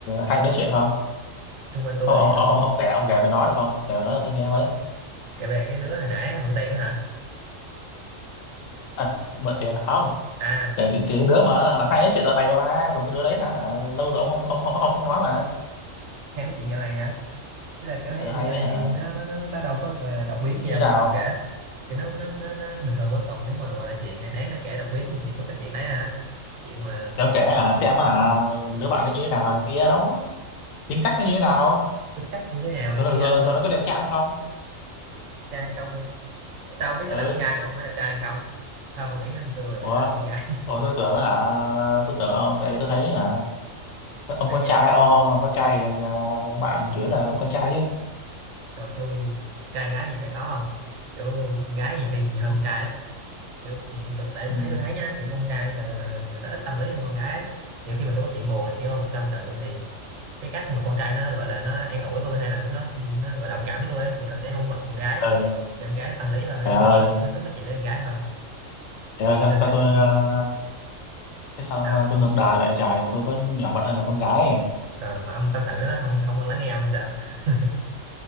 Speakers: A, on the left (about 80°); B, on the right (about 80°).
A: hay nói chuyện không?
B: xung quanh tôi
A: Ông ông
B: thì không
A: ông, ông kể ông kể về nó được không? Kể về nó cho tôi nghe với.
B: kể về cái đứa hồi nãy mượn tiền á hả
A: À, mượn tiền không?
B: à
A: Kể cái, cái đứa mà hay nói chuyện dạo này mà ba, còn cái đứa đấy hả? hả, Lâu rồi ông không ông ông, ông không nói mà.
B: hay nói chuyện dạo này hả thế là kiểu thấy
A: Ừ, hay
B: như này
A: hả?
B: thì nó nó nó, nó đã đâu có gọi là đột biến
A: Nó
B: gì
A: như
B: đâu
A: thế nào?
B: mà kể chứ nó nó nó, nó bình thường quá còn nếu mà gọi là chuyện này đáng để kể đọc biến thì chỉ có cái chuyện đấy à chuyện mà
A: Để ông kể hả xem hả
B: ừ,
A: đứa bạn nó như thế nào này kia đó, tính cách nó như thế nào,
B: tính cách như thế nào này
A: rồi
B: kia
A: nó- rồi,
B: đó hả
A: rồi nó có đẹp trai không?
B: trai hay không sao không biết nó
A: Ừ.
B: là con trai mà không hỏi đẹp trai hay không sao không nghĩ nên tôi và bạn
A: Ủa,
B: thân là con gái <laughs>
A: Ủa tôi tưởng hả tôi tưởng ông tại vì tôi thấy hả ông
B: thấy
A: con
B: vậy
A: trai ông, ông mà con trai thì à, bạn chủ yếu là con trai chứ.
B: rồi tôi trai gái thì chả có không kiểu con gái nhiều khi nhiều hơn
A: <laughs>
B: trai ấy kiểu thì như tôi tại
A: Ừ.
B: thấy tôi thấy nha kiểu con trai là, là, là người ta ít tâm lý hơn con gái ấy. kiểu khi mà tôi có chuyện buồn này kia không tôi tâm sự thì cái cách mà con trai nó gọi là nó an ủi tôi hay là nó nó, nó gọi đồng cảm với tôi ấy, thì nó sẽ không có bằng con gái
A: Ê,
B: thì con gái nó tâm lý hơn ấy,
A: mẹ
B: nên
A: ơi,
B: tôi thích, thích thích nói chuyện với con gái hơn
A: mẹ ơi sao,
B: Cho nên
A: sao
B: cái
A: tôi
B: tôi cũng
A: ờ, cái sao
B: sao
A: tôi ngược đài vậy trời, tôi có nhỏ bạn thân là con gái ấy.
B: ờ, mà ông tâm sự nó không không lắng nghe ông hay sao <laughs>